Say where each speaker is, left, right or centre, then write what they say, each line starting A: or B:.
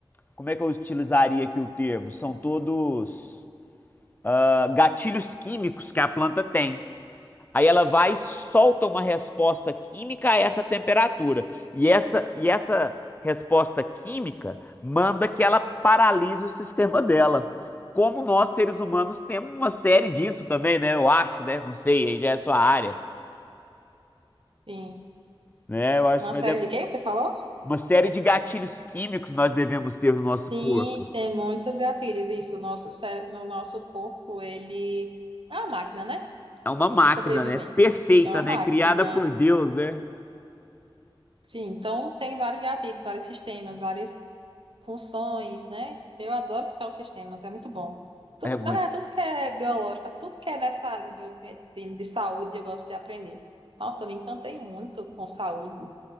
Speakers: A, on the left; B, on the right.
A: Como é que eu utilizaria aqui o termo? São todos ah, gatilhos químicos que a planta tem. Aí ela vai e solta uma resposta química a essa temperatura. E essa, e essa resposta química manda que ela paralise o sistema dela. Como nós, seres humanos, temos uma série disso também, né? Eu acho, né? Não sei, aí já é sua área,
B: Sim.
A: né? Eu acho,
B: Uma
A: mas
B: série
A: é
B: de quê que você falou?
A: uma série de gatilhos químicos nós devemos ter no nosso
B: Sim,
A: corpo.
B: tem muitos gatilhos. Isso, o nosso, cé- no nosso corpo, ele é uma máquina, né?
A: É uma máquina,
B: De sobrevivência.
A: né? Perfeita,
B: É uma
A: né?
B: máquina.
A: Criada por Deus, né?
B: Sim, então tem vários gatilhos, vários sistemas, várias funções, né? Eu adoro social sistemas, é muito bom. Tudo,
A: É muito.
B: na verdade, tudo que é biológico, tudo que é nessa área de biomedicina, de saúde, eu gosto de aprender. Nossa, eu me encantei muito com saúde.